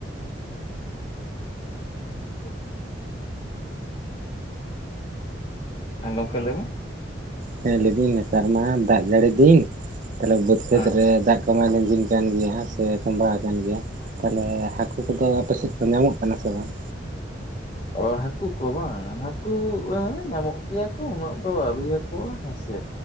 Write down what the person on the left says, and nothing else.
<inaudible> ᱦᱮᱸᱢ ᱜᱚᱢᱠᱮ ᱞᱟᱹᱭ ᱢᱮ
ᱦᱮᱸ
ᱚ ᱦᱟᱹᱠᱩ ᱠᱚ ᱵᱟᱝ ᱦᱟᱹᱠᱩ ᱦᱮᱸ ᱧᱟᱢᱚᱜ ᱜᱮᱭᱟ ᱠᱩ ᱩᱱᱟᱹᱜ ᱫᱚ ᱟᱹᱣᱨᱤᱭᱟᱠᱩᱣᱟ ᱦᱮᱸᱥᱮ